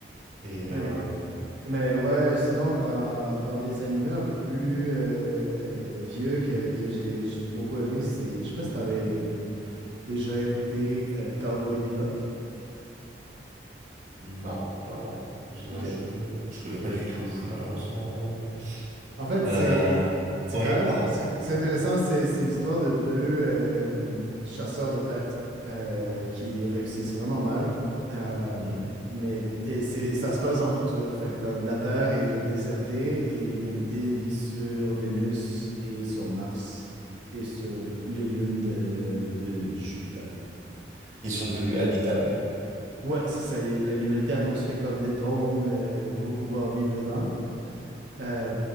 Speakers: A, on the right; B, on the right.
A: Et
B: Mais,
A: euh,
B: euh, mais ouais, sinon, dans, dans des animés un peu plus euh, euh, vieux que, que j'ai j'ai beaucoup aimé, c'est, je sais pas si t'avais hum, déjà écouté euh, Cowboy Bebop.
A: Non, non, non. Je- Là,
B: Ok.
A: je je connais pas du tout, malheureusement. Ouais.
B: En fait,
A: Euh,
B: c'est C'est
A: oui,
B: quand même,
A: pardon.
B: c'est c'est intéressant, c'est c'est l'histoire de deux euh, chasseurs de têtes euh, qui réussissent vraiment mal. Euh,
A: Mhm.
B: mais et c'est ça se passe dans le futur, fait que comme la Terre est désertée et l'humanité vit sur Vénus et sur Mars et sur les lunes de, de Jupiter.
A: Ils sont devenus
B: Et-
A: habitables du coup.
B: ouais, c'est ça. y est, L'humanité a construit comme des dômes euh, pour pouvoir vivre dedans. Euh,